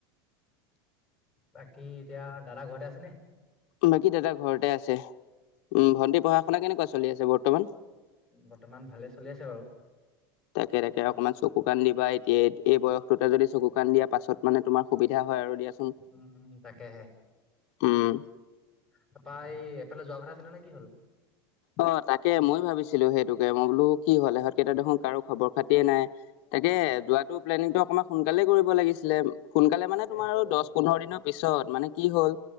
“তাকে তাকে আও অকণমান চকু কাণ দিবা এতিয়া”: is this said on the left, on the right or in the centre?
Left